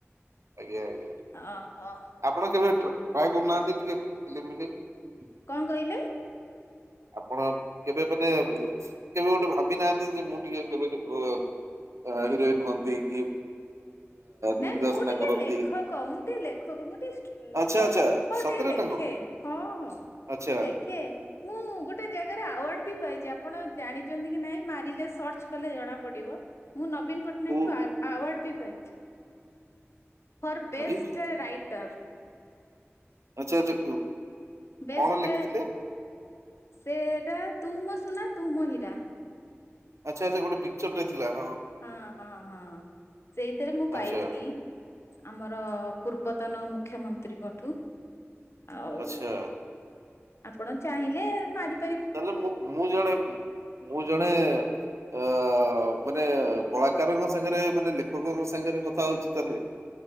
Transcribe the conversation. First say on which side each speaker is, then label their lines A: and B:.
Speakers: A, on the right; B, on the left.
A: ଆଜ୍ଞା ଆଜ୍ଞା
B: ଓହୋ
A: ଆପଣ କେବେ ଟ୍ରାଏ କରୁନାହାନ୍ତି ଟିକେ ଫିଲ୍ମ ମିଲ୍ମି
B: କଣ କହିଲେ?
A: ଆପଣ କେବେ ମାନେ କେବେ ଗୋଟେ ଭାବି ନାହାନ୍ତି ଯେ ମୁଁ ଟିକେ କେବେ ଅଆ ହିରୋଇନ୍ ହନ୍ତି କି
B: ନାଇଁ
A: ନିର୍ଦ୍ଦେଶନା
B: ମୁଁ ଟିକେ
A: କରନ୍ତି
B: ଲେଖକ ମୁଁ ଟିକେ ଲେଖକ ମୁଁ ଟିକେ
A: ଆଚ୍ଛା
B: ଗପ
A: ଆଚ୍ଛା
B: ଗପ
A: ସତରେ
B: ଟିକେ ଲେଖେ
A: ନା କଣ
B: ହଁ ହଁ
A: ଆଚ୍ଛା
B: ମୁଁ ଲେଖେ ମୁଁ ଗୋଟେ ଜାଗାରେ ଆୱାର୍ଡ ବି ପାଇଛି ଆପଣ ଜାଣିଛନ୍ତି କି ନାଇଁ ମାରିଲେ ସର୍ଚ୍ଚ କଲେ ଜଣା ପଡିବ ମୁଁ ନବୀନ ପଟ୍ଟନାୟକ
A: କୋଉ
B: ଠୁ ଆୱାର୍ଡ ବି ପାଇଛି। ଫର୍ ବେଷ୍ଟ
A: ଆଜି
B: ରାଇଟର୍
A: ଆଚ୍ଛା ଆଚ୍ଛା
B: ବେଷ୍ଟ
A: କଣ ଲେଖିଥିଲେ
B: ସେଟା ତୁ ମୋ ସୁନା ତୁ ମ ହିରା
A: ଆଚ୍ଛା ଆଚ୍ଛା ଗୋଟେ ପିକଚରଟ ଥିଲା।
B: ହଁ ହଁ ହଁ ସେଇଥିରେ ମୁଁ ପାଇଥିଲି
A: ଆଚ୍ଛା
B: ଆମର ପୂର୍ବ ପୂର୍ତନ ମୁଖ୍ୟମନ୍ତ୍ରୀଙ୍କଠୁ ଆଉ
A: ଆଚ୍ଛା
B: ଆପଣ ଚାହିଁଲେ ମାରି
A: ତାହାଲେ ମୁଁ ମୁଁ ଜଣେ ମୁଁ ଜଣେ ଅ ମାନେ କଳାକାରଙ୍କ ସାଙ୍ଗରେ ମାନେ ଲେଖକଙ୍କ ସାଙ୍ଗରେ କଥା ହଉଚି ତା ହେଲେ